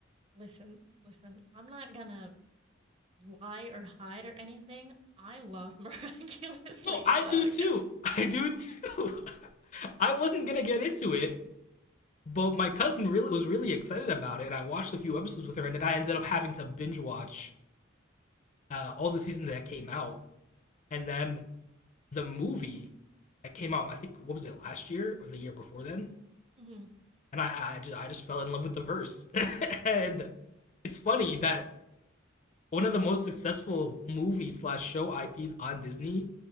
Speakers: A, on the right (about 30°); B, on the left (about 40°).
A: Listen, listen. I'm not gonna lie or hide or anything. I love <laughs> Miraculous
B: No,
A: Ladybug.
B: I do too. <laughs> I do too. <laughs> I wasn't gonna get into it, but my cousin really was really excited about it, and I watched a few episodes with her, and then I ended up having to binge watch uh, all the seasons that came out, and then the movie that came out. I think what was it last year or the year before then?
A: Mhm.
B: And I I just I just fell in love with the verse, <laughs> and it's funny that one of the most successful movie slash show IPs on Disney